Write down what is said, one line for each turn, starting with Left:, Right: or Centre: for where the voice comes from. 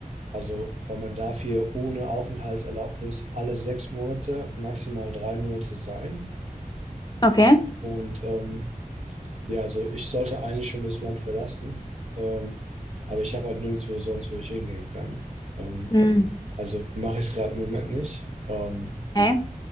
Right: Also, weil man darf hier ohne Aufenthaltserlaubnis alle sechs Monate, maximal drei Monate sein.
Left: Okay.
Right: Und ähm, ja, also ich sollte eigentlich schon das Land verlassen. Ähm, aber ich habe halt nirgendwo sonst, wo ich hingehen kann. Ähm,
Left: Hm.
Right: also mache ich es gerade im Moment nicht. Ähm,
Left: Okay,